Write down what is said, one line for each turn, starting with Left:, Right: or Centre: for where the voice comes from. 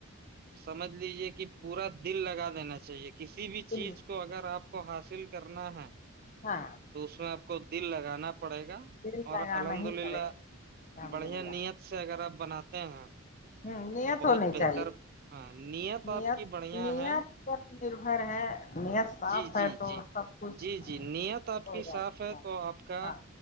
Right: سمجھ لیجے کہ پورا دل لگا دینا چاہیے کسی بھی
Left: دل
Right: چیز کو اگر آپ کو حاصل کر کرنا ہے
Left: ہاں
Right: تو اس میں آپ کو دل لگانا پڑے گا
Left: دل
Right: اور
Left: لگانا
Right: الحمد
Left: ہی پڑے
Right: للہ
Left: گا الحمد
Right: بڑھیا
Left: للہ
Right: نیت سے اگر آپ بناتے <inaudible>
Left: ہوں نیت
Right: تو
Left: ہونی
Right: بہت بہتر
Left: چاہیے
Right: ہاں نیت
Left: نیت
Right: آپ کی بڑھیا
Left: نیت
Right: ہے
Left: پر نربھر ہے نیت صاف
Right: جی
Left: ہے
Right: جی
Left: تو
Right: جی
Left: سب کچھ
Right: جی جی نییت آپ
Left: ہو
Right: کی
Left: جاتا
Right: صاف ہے تو آپ کا
Left: ہاں